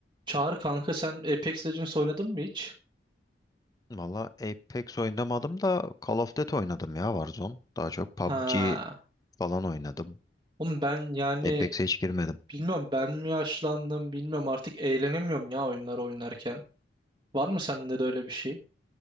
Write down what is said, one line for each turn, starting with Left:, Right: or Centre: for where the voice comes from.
Right: Çağrı kanka sen Apex Legends oynadın mı hiç?
Left: Valla Apex oynamadım da Call of Duty oynadım ya Warzone. Daha çok PUBG
Right: Ha.
Left: falan oynadım.
Right: Oğlum ben yani
Left: Apex'e hiç girmedim.
Right: bilmiyorum ben mi yaşlandım bilmiyorum artık eğlenemiyorum ya oyunlar oynarken. Var mı sende de öyle bir şey?